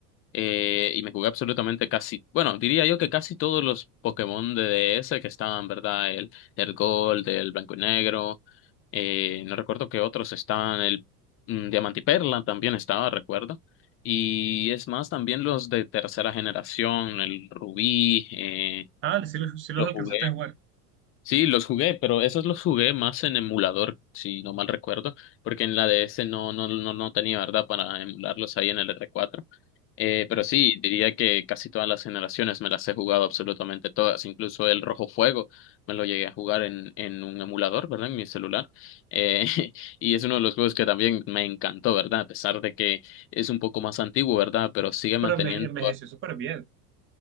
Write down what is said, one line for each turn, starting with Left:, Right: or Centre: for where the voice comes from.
Left: eh, y me jugué absolutamente casi, bueno, diría yo que casi todos los Pokémon de DS que estaban, ¿verdad? El, el Gold, el Blanco y Negro, eh, no recuerdo qué otros estaban, el mm, Diamante y Perla también estaba, recuerdo. Y es más, también los de tercera generación, el Rubí, eh,
Right: Ah, sí los, sí los
Left: lo
Right: alcancé
Left: jugué
Right: a jugar.
Left: Sí, los jugué, pero esos los jugué más en emulador, si no mal recuerdo, porque en la DS no, no, no, no tenía verdad para emularlos ahí en el R4. Eh, pero sí, diría que casi todas las generaciones me las he jugado absolutamente todas, incluso el Rojo Fuego me lo llegué a jugar en, en un emulador, ¿verdad? En mi celular. Eh, <laughs> y es uno de los juegos que también me encantó, ¿verdad? A pesar de que es un poco más antiguo, ¿verdad? Pero sigue
Right: Pero
Left: manteniendo
Right: me envejeció súper bien.